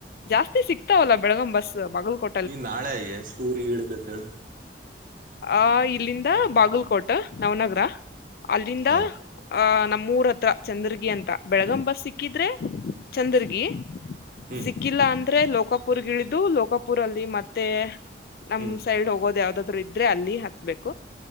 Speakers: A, on the left; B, on the right.
A: ಜಾಸ್ತಿ ಸಿಕ್ತಾವಲ್ಲ ಬೆಳಗಂ ಬಸ್ ಬಾಗಲಕೊ
B: ನೀನ್ ನಾಳೆ ಎಷ್ಟ್ಟೂರಿ ಇಳ್ಬೇಕ ಹೇಳ
A: ಆ ಇಲ್ಲಿಂದ ಬಾಗಲ್ಕೋಟ್ ನವನಗರ ಅಲ್ಲಿಂದ
B: ಹಾ
A: ಅ ನಮ್ಮೂರ್ ಹತ್ರ ಚಂದರ್ಗಿ ಅಂತ ಬೆಳಗಂ ಬಸ್ ಸಿಕ್ಕಿದ್ರೆ ಚಂದರ್ಗಿ <inaudible>
B: ಹ್ಮ್
A: ಸಿಕ್ಕಿಲ್ಲ ಅಂದ್ರೆ ಲೋಕಾಪುರ್ಗಿಳಿದು ಲೋಕಾಪುರ ಅಲ್ಲಿ ಮತ್ತೆ ನಮ್
B: ಹ್ಮ್
A: ಸೈಡ್ ಹೋಗೋದು ಯಾವ್ದಾದ್ರು ಇದ್ರೆ ಅಲ್ಲಿ ಹತ್ಬೇಕು